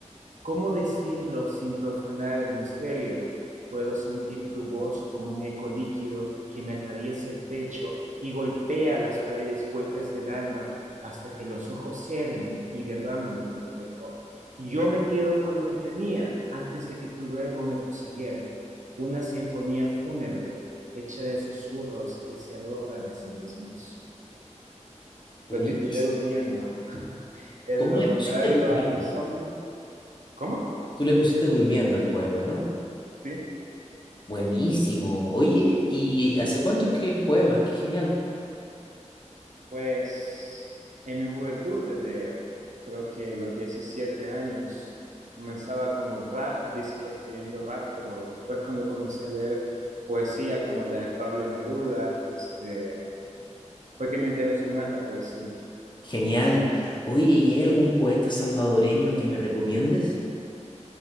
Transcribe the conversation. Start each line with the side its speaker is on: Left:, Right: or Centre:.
Right: ¿Cómo decirlo sin profanar el misterio? Puedo sentir tu voz como un eco líquido que me atraviesa el pecho y golpea las paredes huecas del alma hasta que los ojos ceden y derraman tu reflejo. Y yo me quedo con lo que tenía antes de que tu verbo me poseyera, una sinfonía fúnebre hecha de susurros que se adoran a sí mismos.
Left: buenísimo.
Right: Lo titulé durmiendo. <laughs> en
Left: ¿Cómo
Right: lo
Left: le
Right: contrario
Left: pusiste durmiendo?
Right: a insomnio. ¿Cómo?
Left: Tú le pusiste durmiendo el poema, ¿no?
Right: Sí,
Left: Buenísimo. Oye, ¿y hace cuánto escribes poemas? Qué genial.
Right: Pues en mi juventud, desde creo que los 17 años, comenzaba con el rap, disque escribiendo rap, pero después cuando comencé a leer poesía como la de Pablo Neruda, este, fue que me interesó más la poesía.
Left: Genial. Oye, ¿y hay algún poeta salvadoreño que me recomiendes?